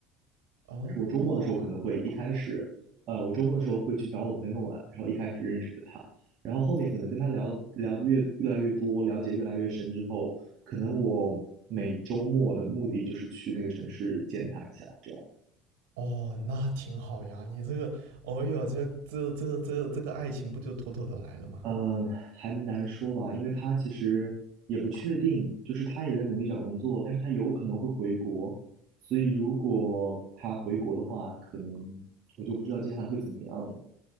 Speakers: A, on the right (about 65°); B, on the right (about 50°).
A: 哦
B: 但是我周末的时候可能会一开始，呃，我周末的时候会去找我朋友玩，然后一开始认识的他，然后后面可能跟他聊聊的越越来越多，了解越来越深之后，可能我每周末的目的就是去那个城市见他一下，这样。
A: 哦，那挺好呀，你这个，哦哟，这这这这这个爱情不就妥妥的来了吗？
B: 嗯，还难说吧，因为他其实也不确定，就是他也在努力找工作，但是他有可能会回国，所以如果他回国的话，可能我就不知道接下来会怎么样了，